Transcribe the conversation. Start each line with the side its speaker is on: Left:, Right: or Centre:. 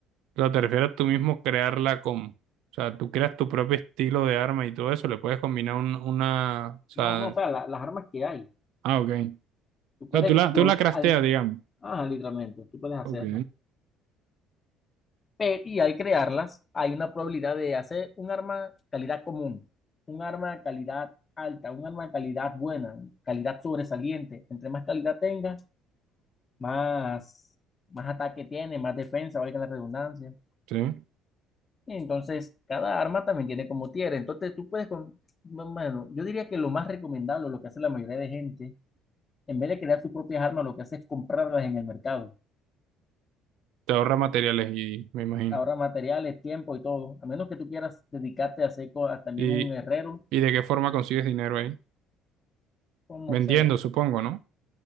Right: O sea, te refieres a tú mismo crearla como. O sea, tú creas tu propio estilo de arma y todo eso, le puedes combinar un- una. O sea.
Left: No, no, o sea, la- las armas que hay,
Right: Ah, ok. O
Left: tú puedes,
Right: sea, tú la,
Left: tú,
Right: tú la crafteas,
Left: al-
Right: digamos.
Left: ajá, literalmente, tú puedes hacerlas.
Right: Ok.
Left: Pe- y al crearlas hay una probabilidad de hacer un arma calidad común, un arma calidad alta, un arma calidad buena, calidad sobresaliente. Entre más calidad tenga, más, más ataque tiene, más defensa, valga la redundancia.
Right: Sí.
Left: Y entonces, cada arma también tiene como tier. Entonces, tú puedes con... no, Bueno, yo diría que lo más recomendable, lo que hace la mayoría de gente, en vez de crear sus propias armas, lo que hace es comprarlas en el mercado.
Right: Te ahorra materiales y me imagino.
Left: Ahora materiales, tiempo y todo. A menos que tú quieras dedicarte a hacer co- a también
Right: ¿Y,
Left: un herrero
Right: y de qué forma consigues dinero ahí?
Left: como
Right: Vendiendo,
Left: sea,
Right: supongo, ¿no?